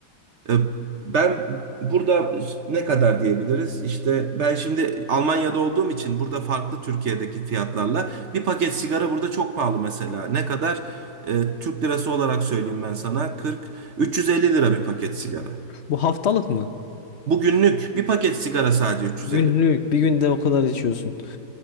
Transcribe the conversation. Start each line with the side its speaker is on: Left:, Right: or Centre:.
Right: E, Ben burada ne kadar diyebiliriz? İşte ben şimdi Almanya'da olduğum için burada farklı Türkiye'deki fiyatlarla bir paket sigara burada çok pahalı mesela. Ne kadar? E, Türk lirası olarak söyleyeyim ben sana 40 350 lira bir paket sigara.
Left: Bu haftalık mı?
Right: Bugünlük bir paket sigara sadece 350.
Left: Günlük. Bir günde o kadar içiyorsun.